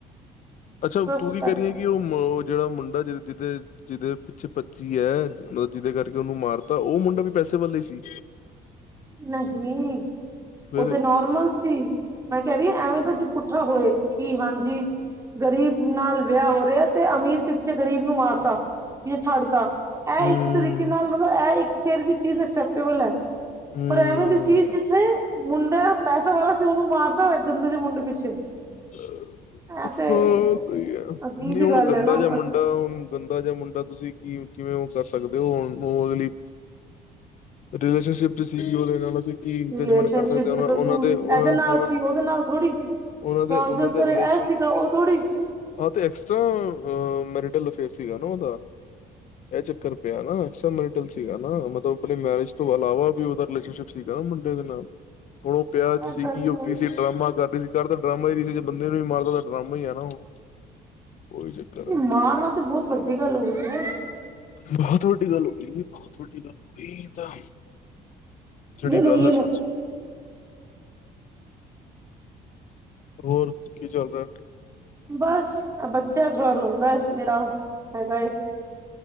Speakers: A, on the left; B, on the right.
A: ਅੱਛਾ
B: ਜਸਟ
A: ਤੂੰ ਕੀ
B: ਫੈਕਟ
A: ਕਹਿ ਰਹੀ ਹੈ? ਕਿ ਉਹ ਉਹ ਜਿਹੜਾ ਮੁੰਡਾ ਜ ਜਿਹਦੇ ਜਿਹਦੇ ਪਿੱਛੇ ਪੱਚੀ ਹੈ ਮਤਲਬ ਜਿਹਦੇ ਕਰਕੇ ਉਹਨੂੰ ਮਾਰ ਤਾਂ ਉਹ ਮੁੰਡਾ ਵੀ ਪੈਸੇ ਵਾਲਾ ਹੀ ਸੀ।
B: ਨਹੀਂ
A: ਫਿਰ
B: ਉਹ ਤੇ ਨੋਰਮਲ ਸੀ। ਮੈਂ ਕਹਿ ਰਹੀ ਹਾਂ ਐਵੇਂ ਤਾਂ ਜੀ ਪੁੱਠਾ ਹੋਏ ਕਿ ਹਾਂਜੀ ਗਰੀਬ ਨਾਲ ਵਿਆਹ ਹੋ ਰਿਹਾ ਤੇ ਅਮੀਰ ਪਿੱਛੇ ਗ਼ਰੀਬ ਨੂੰ ਮਾਰਤਾ ਵੀ ਛੱਡਤਾ। ਇਹ
A: ਹੂੰ
B: ਇੱਕ ਤਰੀਕੇ ਨਾਲ ਮਤਲਬ ਇਹ ਇੱਕ ਫੇਰ ਵੀ ਚੀਜ਼ ਅਕਸੈਪਟੇਬਲ ਹੈ।
A: ਹੂੰ
B: ਪਰ ਐਵੇਂ ਦੀ ਜੀ ਜਿੱਥੇ ਮੁੰਡੇ ਪੈਸੇ ਵਾਲਾ ਸੀ ਉਹਨੂੰ ਮਾਰਤਾ ਗੰਦੇ ਜੇ ਮੁੰਡੇ ਪਿੱਛੇ।
A: ਹਾਂ
B: ਇਹ ਤੇ
A: ਸਹੀ ਹੈ ਨਹੀਂ
B: ਅਜੀਬ ਹੀ
A: ਹੁਣ
B: ਗੱਲ
A: ਗੰਦਾ
B: ਹੈ ਨਾ
A: ਜਿਹਾ ਮੁੰਡਾ ਮੁੰਡਾ ਹੁਣ ਗੰਦਾ ਜਿਹਾ ਮੁੰਡਾ ਤੁਸੀਂ ਕਿ ਕਿਵੇਂ ਉਹ ਕਰ ਸਕਦੇ ਹੋ ਹੁਣ ਉਹ ਅਗਲੀ ਰਿਲੇਸ਼ਨਸ਼ਿਪ 'ਚ ਸੀਗੀ ਉਹਦੇ ਨਾਲ ਅਸੀਂ ਕੀ
B: ਰਿਲੇਸ਼ਨਸ਼ਿਪ
A: ਜੱਜਮੈਂਟ ਕਰ ਸਕਦੇ
B: ਚ
A: ਹ
B: ਤਾਂ
A: ਉਹਨਾਂ
B: ਤੂੰ
A: ਦੇ ਉਹ
B: ਇਹਦੇ ਨਾਲ ਸੀ ਉਹਦੇ ਨਾਲ ਥੋੜ੍ਹੀ
A: ਉਹਨਾਂ
B: ਫਿਆਂਸੀ
A: ਦੇ ਉਹਨਾਂ ਦੇ
B: ਤੇਰੇ
A: ਰਿਲੇਸ਼ਨ
B: ਇਹ ਸੀਗਾ ਉਹ ਥੋੜ੍ਹੀ
A: ਆਹ ਤੇ ਐਕਸਟਰਾ ਮੈਰੀਟਲ ਅਫੇਅਰ ਸੀਗਾ ਨਾ ਉਹਦਾ ਇਹ ਚੱਕਰ ਪਿਆ ਨਾ ਐਕਸਟਰੀਲ ਸੀਗਾ ਨਾ ਮਤਲਬ ਆਪਣੀ ਮੈਰਿਜ ਤੋਂ ਇਲਾਵਾ ਵੀ ਉਹਦਾ ਰਿਲੇਸ਼ਨਸ਼ਿਪ ਸੀਗਾ ਨਾ ਮੁੰਡੇ ਦੇ ਨਾਲ ਹੁਣ ਉਹ ਪਿਆਰ
B: ਇਹ
A: 'ਚ ਸੀਗੀ
B: ਗੱਲ
A: ਉਹ
B: ਗੱਲ
A: ਕੀ ਸੀ ਡਰਾਮਾ ਕਰਦੀ ਸੀ ਕਰ ਦਾ ਡਰਾਮਾ ਹੀ ਰ ਸੀੇ ਬੰਦੇ ਨੂੰ ਵੀ ਮਾਰਦੋ ਡਰਾਮਾ ਹੀ ਹੈ ਨਾ ਉਹ ਉਹੀ ਚੱਕਰ
B: ਨਹੀਂ
A: ਹੈ
B: ਮਾਰਨਾ ਤੇ ਬਹੁਤ ਵੱਡੀ ਗੱਲ ਹੋ ਗਈ ਐ।
A: ਬਹੁਤ ਵੱਡੀ ਗੱਲ ਹੋਈ ਜ ਬਹੁਤ ਵੱਡੀ ਗੱਲ ਹੋਈ ਏ ਤਾਂ ਜਿਹੜੀ
B: ਇਹ ਲੋ
A: ਗੱਲ
B: ਯੇ
A: ਆ
B: ਲੋ।
A: ਸ ਹੋਰ ਕੀ ਚੱਲ ਰਿਹਾ।
B: ਬਸ ਬੱਚਾ ਥੋੜਾ ਰੋਂਦਾ ਮੇਰਾ ਹੈਗਾ ਇੱਕ